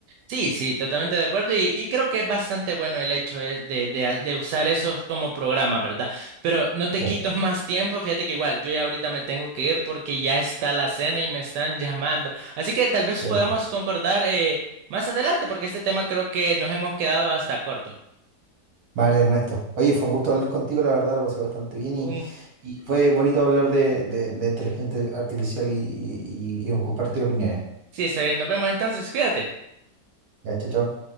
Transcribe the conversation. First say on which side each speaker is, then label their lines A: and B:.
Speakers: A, on the right; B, on the right.
A: Sí, sí, totalmente de acuerdo y, y creo que es bastante bueno el hecho es de, de, de usar esos como programas, ¿verdad? Pero no te
B: Sí,
A: quito <laughs> más tiempo, fíjate que igual yo ya ahorita me tengo que ir porque ya está la cena y me están llamando. Así que tal vez
B: perfecto.
A: podamos concordar eh, más adelante porque este tema creo que nos hemos quedado hasta corto.
B: Vale, Ernesto. Oye, fue un gusto hablar contigo, la verdad, lo pasé bastante bien
A: Un-
B: y, y fue bonito hablar de, de- de inteligencia artificial y, y, y y compartir opiniones.
A: sí, está bien, nos vemos entonces, cuídate.
B: Ya, chao, chao.